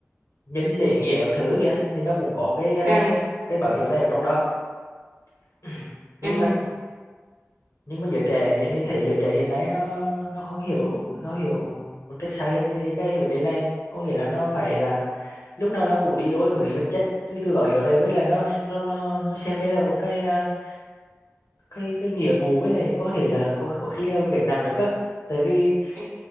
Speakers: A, on the left (about 85°); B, on the right (about 85°).
A: nhân lễ nghĩa các thứ kìa thì nó cũng có cái à,
B: ừ
A: cái bảo hiểm này ở trong đó <clears throat> nhưng
B: ừ
A: mà nhưng mà giới trẻ em thấy giới trẻ hiện nay nó nó không hiểu nó hiểu một cách sai lệch về cái vấn đề này có nghĩa là nó phải là lúc nào nó cũng đi đôi với vật chất cái từ bảo hiểm này với là nó nó nó nó xem đây là một cái à, cái cái nghĩa vụ với lại có thể là có có khi là gánh nặng nữa cơ tại vì
B: ừ